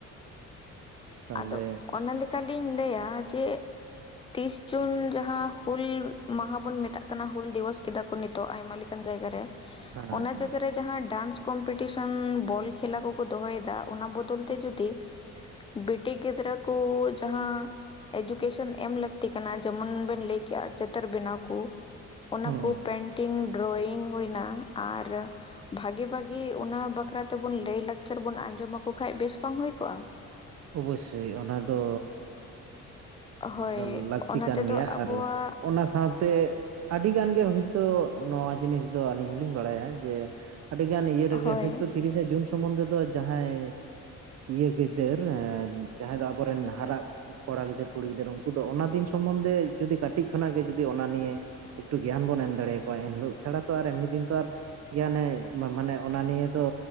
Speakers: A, on the right; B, on the left.
A: ᱛᱟᱦᱚᱞᱮ
B: ᱟᱫᱚ ᱚᱱᱟ ᱞᱮᱠᱟ ᱞᱤᱧ ᱞᱟᱹᱭᱟ ᱡᱮ ᱛᱤᱥ ᱡᱩᱱ ᱡᱟᱦᱟᱸ ᱦᱩᱞ ᱢᱟᱦᱟ ᱵᱚᱱ ᱢᱮᱛᱟᱜ ᱠᱟᱱᱟ ᱦᱩᱞ ᱫᱤᱵᱚᱥ ᱠᱮᱫᱟ ᱠᱚᱤᱛᱚᱜ ᱟᱭᱢᱟ ᱞᱮᱠᱟ ᱡᱟᱭᱜᱟ ᱨᱮ
A: ᱦᱮᱸ
B: ᱚᱱᱟ
A: ᱦᱮᱸ
B: ᱡᱟᱭᱜᱟ ᱨᱮ ᱡᱟᱦᱟᱸ ᱰᱟᱱᱥ ᱠᱚᱢᱯᱤᱴᱤᱥᱚᱱ ᱵᱚᱞ ᱠᱷᱮᱞᱟ ᱠᱚ ᱠᱚ ᱫᱚᱦᱚᱭ ᱮᱫᱟ ᱚᱱᱟ ᱵᱚᱫᱚᱞ ᱛᱮ ᱡᱩᱫᱤ ᱵᱤᱴᱤ ᱜᱤᱫᱽᱨᱟᱹ ᱠᱚ ᱡᱟᱦᱟᱸ ᱮᱰᱩᱠᱮᱥᱚᱱ ᱮᱢ ᱞᱟᱹᱠᱛᱤ ᱠᱟᱱᱟ ᱡᱮᱢᱚᱱ ᱵᱮᱱ ᱞᱟᱹᱭ ᱠᱮᱜᱼᱟ ᱪᱤᱛᱟᱹᱨ ᱵᱮᱱᱟᱣ ᱠᱚ ᱚᱱᱟ
A: ᱦᱩᱸ
B: ᱠᱚ ᱯᱮᱱᱴᱤᱝ ᱰᱨᱚᱭᱤᱝ ᱦᱩᱭᱱᱟ ᱟᱨ ᱵᱷᱟᱜᱤ ᱵᱷᱟᱜᱤ ᱚᱱᱟ ᱵᱟᱠᱷᱨᱟ ᱛᱮᱵᱚᱱ ᱞᱟᱹᱭ ᱞᱟᱠᱪᱟᱨ ᱵᱚᱱ ᱟᱸᱡᱚᱢ ᱟᱠᱚ ᱠᱷᱟᱱ ᱵᱮᱥ ᱵᱟᱝ ᱦᱩᱭ ᱠᱚᱜᱼᱟ᱾
A: ᱚᱵᱚᱥᱳᱭ ᱚᱱᱟ ᱫᱚ ᱚᱱᱟ
B: ᱦᱳᱭ
A: ᱫᱚ ᱞᱟᱹᱠᱛᱤ
B: ᱚᱱᱟ
A: ᱠᱟᱱ
B: ᱛᱮᱫᱚ
A: ᱜᱮᱭᱟ
B: ᱟᱵᱚᱣᱟᱜ
A: ᱟᱨ ᱚᱱᱟ ᱥᱟᱶ ᱛᱮ ᱛᱮ ᱟᱹᱰᱤ ᱜᱟᱱ ᱜᱮ ᱦᱳᱭᱛᱳ ᱱᱚᱣᱟ ᱡᱤᱱᱤᱥ ᱫᱚ ᱟᱹᱞᱤᱧ ᱦᱚᱞᱤᱧ ᱵᱟᱲᱟᱭᱟ ᱡᱮ ᱟᱹᱰᱤ ᱜᱟᱱ ᱤᱭᱟᱹ ᱨᱮ
B: ᱦᱳᱭ
A: ᱜᱮ ᱦᱚᱭᱛᱳ ᱛᱤᱨᱤᱥᱟᱜ ᱡᱩᱱ ᱥᱚᱢᱚᱱᱫᱷᱮ ᱫᱚ ᱡᱟᱦᱟᱸᱭ ᱤᱭᱟᱹ ᱜᱤᱫᱟᱹᱨ ᱡᱟᱦᱟᱸᱭ ᱫᱚ ᱟᱵᱚᱨᱮᱱ ᱦᱟᱨᱟᱜ ᱠᱚᱲᱟ ᱜᱤᱫᱟᱹᱨᱟᱹ ᱠᱩᱲᱤ ᱜᱤᱫᱟᱹᱨᱟᱹ ᱩᱱᱠᱩ ᱫᱚ ᱚᱱᱟ ᱫᱤᱱ ᱥᱚᱢᱚᱱᱫᱷᱮ ᱡᱩᱫᱤ ᱠᱟᱹᱴᱤᱡ ᱠᱷᱚᱱᱟᱜ ᱜᱮ ᱡᱩᱫᱤ ᱚᱱᱟ ᱱᱤᱭᱮ ᱮᱠᱴᱩ ᱜᱮᱭᱟᱱ ᱵᱚᱱ ᱮᱢ ᱫᱟᱲᱮᱭᱟᱠᱚᱣᱟ ᱮᱱᱦᱤᱞᱳᱜ ᱪᱷᱟᱲᱟ ᱛᱚ ᱟᱨ ᱮᱢᱱᱤ ᱫ ᱛᱚ ᱟᱨ ᱜᱮᱭᱟᱱᱮ ᱢᱟᱱᱮ ᱚᱱᱟ ᱱᱤᱭᱟᱹ ᱫᱚ